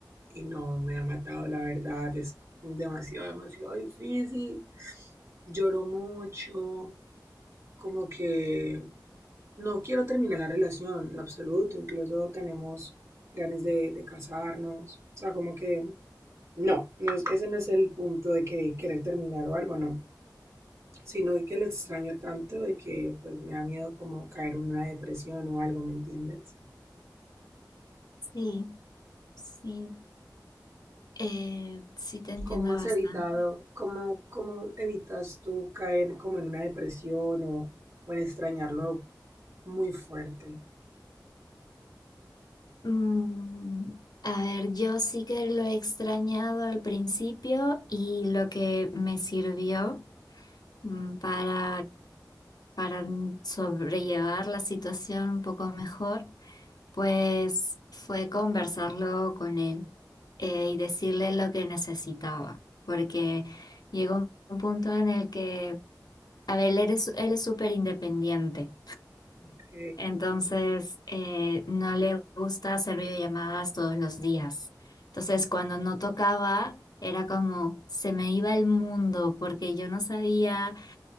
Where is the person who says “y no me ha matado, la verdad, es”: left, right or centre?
Right